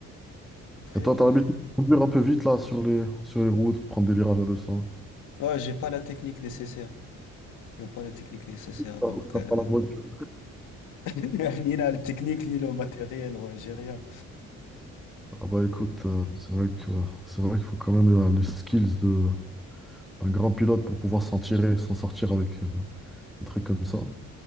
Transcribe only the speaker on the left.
Après,
ouais.
Ouais, j'ai pas la technique nécessaire. J'ai pas la technique nécessaire,
donc
euh,
<laughs> ni la technique, ni le matériel, ouais, j'ai rien.
Euh,